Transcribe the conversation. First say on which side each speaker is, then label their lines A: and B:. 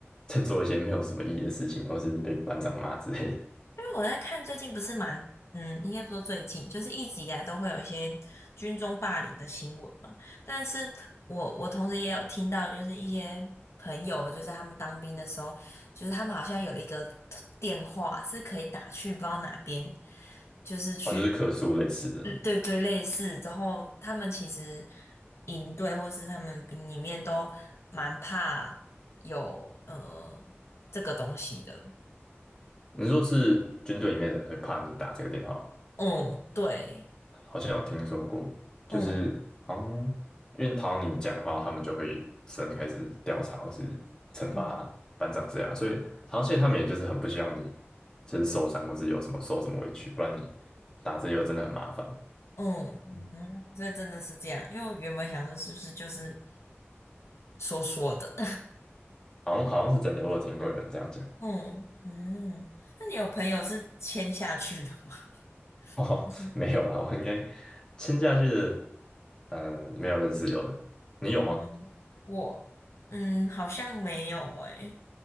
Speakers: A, on the left; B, on the left.
A: 在做一些没有什么意义的事情，或是被班长骂之类的。
B: 因为我在看最近不是蛮，嗯，应该不说最近，就是一直以来都会有一些军中霸凌的新闻嘛。但是我我同时也有听到，就是一些朋友，就是他们当兵的时候，就是他们好像有一个电话是可以打去不知道哪边，就是去，
A: 哦，就是客诉类似的。
B: 嗯，对对，类似。之后他们其实营队或是他们兵里面都蛮怕有呃这个东西的。
A: 你说是军队里面的人会怕你打这个电话吗
B: 嗯，对。
A: 好像有听说过，就是嗯，
B: 嗯
A: 因为讨你讲话，他们就会真的开始调查或是惩罚班长这样，
B: 嗯
A: 所以好像现在他们也就是很不希望你就是受伤或是有什么受什么委屈，不然你打字又真的很麻烦。
B: 嗯嗯，
A: 嗯
B: 所以真的是这样，因为我原本想说是不是就是说说的，
A: 好像好像是真的，我有听过有人这样讲。
B: <laughs> 嗯嗯，那你有朋友是签下去的吗？
A: <laughs> 哦，
B: <laughs> 就是
A: 没有啊，我应该签下去的，嗯，没有认识有的，你有吗？
B: 嗯我嗯好像没有诶、